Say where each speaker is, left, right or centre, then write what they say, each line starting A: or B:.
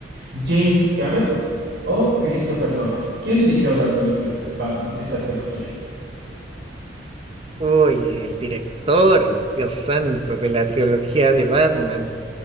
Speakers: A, on the right; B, on the right.
A: James Cameron o Christopher Nolan. ¿Quién dirigió las películas de Batman, esta trilogía?
B: Uy, el director, Dios santo, de la trilogía de Batman.